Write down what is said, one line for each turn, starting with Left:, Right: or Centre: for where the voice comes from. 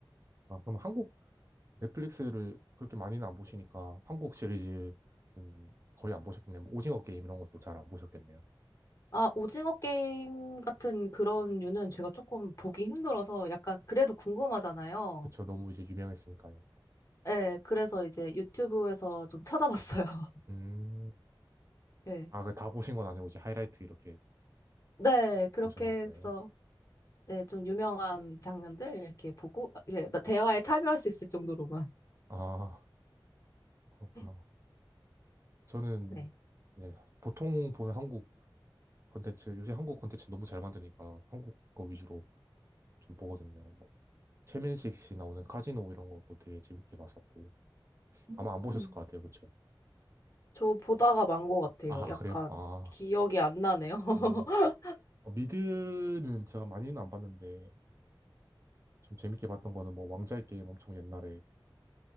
Right: 아, 그럼 한국 넷플릭스를 그렇게 많이는 안 보시니까 한국 시리즈 거의 안 보셨겠네요. 뭐 오징어 게임 이런 것도 잘 안 보셨겠네요.
Left: 아, 오징어 게임 같은 그런 류는 제가 조금 보기 힘들어서 약간 그래도 궁금하잖아요.
Right: 그쵸. 너무 이제 유명했으니까요.
Left: 네, 그래서 이제 유튜브에서 좀 찾아봤어요. <laughs>
Right: 음.
Left: 네.
Right: 아, 그 다 보신 건 아니고 이제 하이라이트 이렇게
Left: 네, 그렇게
Right: 보셨나 보네요.
Left: 해서 네, 좀 유명한 장면들 이렇게 보고 이제 막 대화에 참여할 수 있을 정도로만.
Right: 아, 그렇구나.
Left: <laughs>
Right: 저는,
Left: 네.
Right: 네, 보통 보는 한국 콘텐츠, 요새 한국 콘텐츠 너무 잘 만드니까 한국 거 위주로 좀 보거든요. 뭐, 최민식 씨 나오는 카지노 이런 것도 되게 재밌게 봤었고.
Left: 음,
Right: 아마 안 보셨을 것 같아요. 그쵸.
Left: 저 보다가 만 것 같아요.
Right: 아,
Left: 약간
Right: 그래요? 아,
Left: 기억이 안 나네요. <laughs>
Right: 음. 어, 미드는 제가 많이는 안 봤는데, 좀 재밌게 봤던 거는 뭐, 왕자의 게임 엄청 옛날에